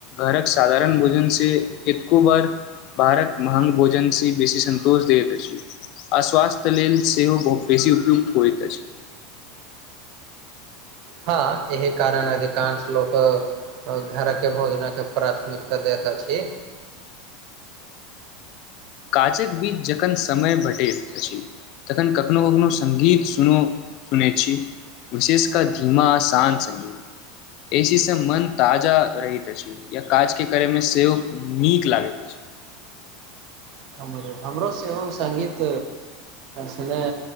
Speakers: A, on the left; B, on the right.
A: घरक साधारण भोजन से कतको बार बाहरक महग भोजन से बेसी सन्तोष दैत अछि अस्वास्थ्य लेल सेहो बहुत बेसी उपयुक्त होइत अछि
B: हँ एहि कारण अधिकांश लोक घर के भोजनक के प्राथमिकता दैत अछि
A: काजक बीच जखन समय भेटैत अछि तखन कखनो कखनो सङ्गीत सुन सुनैत छी विशेष क धीमा आ शान्त सङ्गीत एहि चीजसँ मन ताजा रहैत अछि या काजके करयमे सेहो नीक लागैत अछि
B: हमरो हमरो सेहो संगीत सुनय